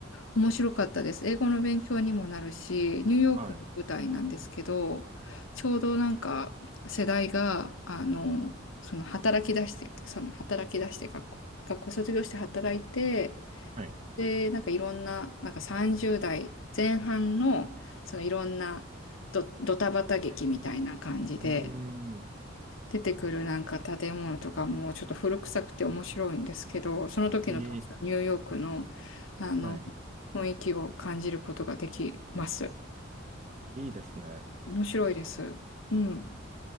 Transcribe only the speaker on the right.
はい。
はい。
うーん。
いい。
はい。
いいですね。